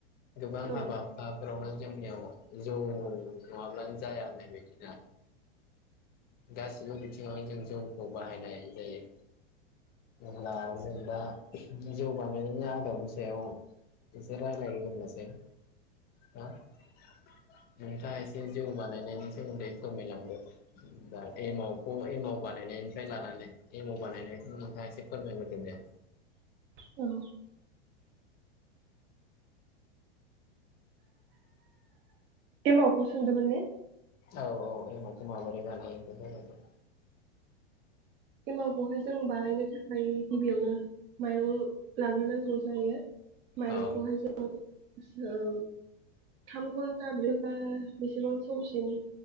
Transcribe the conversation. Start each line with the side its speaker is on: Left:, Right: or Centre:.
Left: गोबां
Right: नंगौ
Left: हाबा हुखाफोरावनो जोंनियाव जौ नङाब्लानो जाया होननायबायदिना गासिबो बिथिङाव जों जौखौ बाहायनाय जायो। अब्ला जों दा जौ बानायनायनि आदबनि सायाव एसे रायलाय ग्रोनोसै हो नोंथाङा एसे जौ बानायनायनि सोमोन्दै फोरमायलांदो दा एमाव खौ एमाव बानायनायनिफ्राय लानानै एमाव बानायनायखौनो नोंथाङा एसे फोरमायग्रोदों दे
Right: औ एमावखौ सोंदोंमोन ने?
Left: औ औ एमावखौ माबोरै बानायो बेखौ फोरमायदो
Right: एमावखौहाय जों बानायनो थाखाय गिबियावनो माइरं लाग्रोनांगौ जायो माइरंखौहाय
Left: औ
Right: जोङो थाम घन्टा ब्रै ओ बेसेबां समसिम